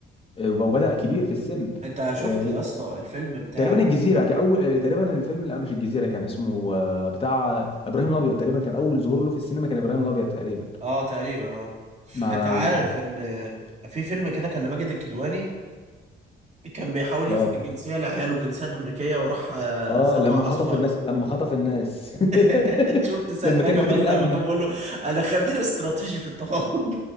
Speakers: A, on the left; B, on the right.
A: آه، وبدا كبير في السن
B: انت شفت
A: آه،
B: يا اسطى الفيلم بتاع
A: تقريبا الجزيره كاول آه، تقريبا الفيلم لا مش الجزيره كان اسمه آه، بتاع ابراهيم الابيض تقريبا كان اول ظهور له في السينما كان ابراهيم الابيض تقريبا
B: اه تقريبا اه
A: مع
B: انت عارف
A: مع
B: ان في فيلم كده كان لماجد الكدواني كان بيحاول
A: اه
B: ياخد الجنسيه لعياله الجنسيه الامريكيه وراح آه،
A: اه
B: سطو
A: لما
B: على
A: خطف
B: صفار
A: الناس لما خطف الناس
B: <laughs>
A: <laughs>
B: انت شفت سيد
A: لما
B: رجب
A: كان مدير
B: اصلا
A: الامن
B: لما كان بيقول له انا خبير استراتيجي في التفاوض